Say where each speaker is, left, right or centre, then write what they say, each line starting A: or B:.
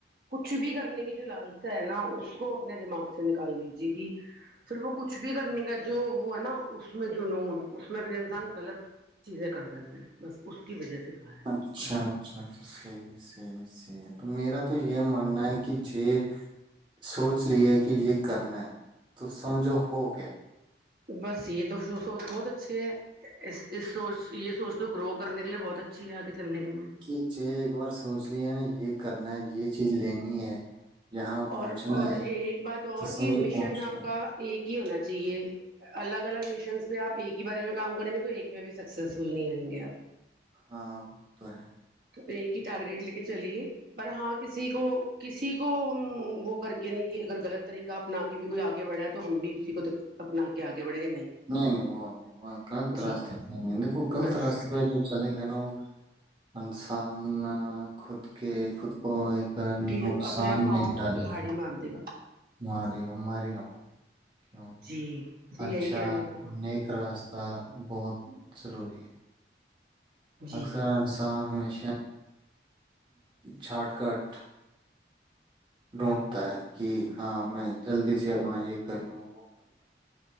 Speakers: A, on the right; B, on the right.
A: کچھ بھی کرنے کی جو لالسا ہے نا اس کو اپنے دماغ سے نکال دیجیے کہ پھر وہ کچھ بھی کرنے کا جو وہ ہے نا اس میں جو نون اس میں پھر انسان غلط چیزیں کر جاتے ہیں بس اس کی وجہ سے کہا ہے بچوں
B: اچھا اچھا اچھا صحیح صحیح صحیح تو میرا تو یہ ماننا ہے کہ یہ سوچ لیا کہ یہ کرنا ہے تو سمجھو ہو گیا
A: بس یہ تو سوچ بہت اچھی ہے اس اس سوچ یہ سوچ تو گرو کرنے کے لیے بہت اچھی ہے آگے چلنے کے لیے
B: کہ چ ایک بار سوچ لیا نا یہ کرنا ہے یہ چیز لینی ہے یہاں پہنچنا
A: اور اور
B: ہے
A: ایک بات اور
B: تو سمجھو
A: کہ مشن
B: پہنچ گئے
A: آپ کا ایک ہونا چاہیے الگ الگ مشنس پہ آپ ایک ہی بارے میں کام کریں گے تو ایک میں بھی سکسیسفل نہیں ہوئیں گے آپ
B: ہاں وہ تو ہے
A: تو ایک ہی ٹارگیٹ لے کے چلیے پر ہاں کسی کو کسی کو وہ کر کے نہیں کہ اگر غط طریقہ اپنا کے بھی کوئی آگے بڑھا تو ہم بھی اسی کو اپنا کے آگے بڑھیں گے
B: نہیں نہیں وہ نہیں وہ غلط
A: جی
B: راستے نہیں دیکھو غلط
A: بس
B: راستے پ جو چلے گ ا نو انسان خود کے خود کو ایک
A: یہ
B: نقصان
A: اپنے پاؤں
B: نہیں ڈالے
A: پہ کلہاڑی
B: گا
A: مار دے گا
B: ماری گم ماری گم ماری کیوںک
A: جی یہی
B: اچھا
A: کہنے کا
B: نیک راست ہوتا بہت ضروری ہے
A: جی
B: اکثر انسان ہمیں شارٹ کٹ ڈھونڈتا ہے کہ ہاں میں جلدی سے اپنا یہ کر لوں وہ کر لوں